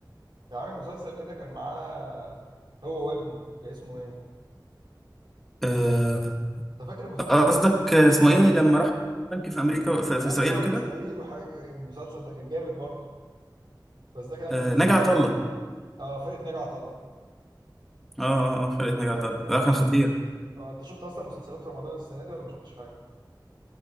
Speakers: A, on the right; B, in the centre.
A: كان عامل مسلسل كده كان معاه هو وابنه كان اسمه ايه
B: آه،
A: انت فاكر المسلسل
B: قصدك
A: طيب
B: اسمه ايه لما راح بنك في امريكا في, في
A: ايوه
B: اسرائيل وكده
A: في اسرائيل وحاجه كده. المسلسل ده كان جامد برضه بس ده كان لما
B: آه،
A: كبر
B: نجع
A: بقى
B: عطا الله
A: اه فرقه ناجي عطا الله
B: اه اه اه فرقة
A: كان
B: نجع
A: جامد
B: عطا الله
A: برضه
B: ده كان خطير
A: اه انت شفت اصلا مسلسلات في رمضان السنه دي ولا ما شفتش حاجه